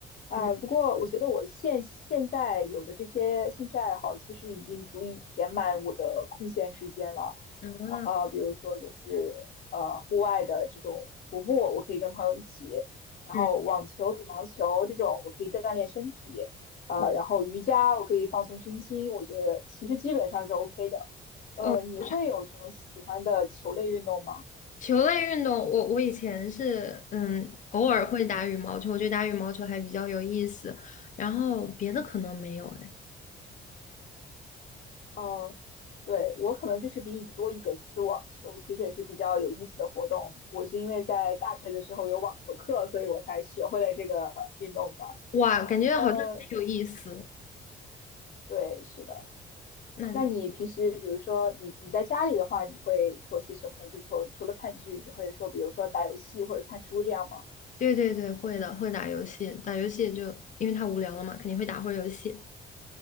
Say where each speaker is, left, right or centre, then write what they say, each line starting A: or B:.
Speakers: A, on the left; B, on the left.
A: 哎，
B: 对，
A: 不过我觉得我现现在有的这些兴趣爱好，其实已经足以填满我的空闲时间了。
B: 啊，
A: 呃，啊比如说就是呃户外的这种徒步，我可以跟朋友一起；然后网球、
B: 嗯，
A: 羽毛球这种，我可以锻炼身体。呃，
B: 哦
A: 然后瑜伽，我可以放松身心。我觉得其实基本上是 OK 的。呃，
B: 哦。
A: 你会有什么喜欢的球类运动吗？
B: 球类运动，我我以前是嗯，偶尔会打羽毛球，我觉得打羽毛球还比较有意思，然后别的可能没有哎，
A: 哦，对，我可能就是比你多一个，就是网球，其实也是比较有意思的活动。我是因为在大学的时候有网球课，所以我才学会了这个运动的。
B: 哇，感觉好像很有意思。
A: 呃，对，是的。
B: 那
A: 那你平时，比如说你你在家里的话，你会做些什么呢？就说除了看剧，你会说，比如说打游戏或者看书这样吗？
B: 对对对，会的，会打游戏，打游戏就因为太无聊了嘛，肯定会打会儿游戏。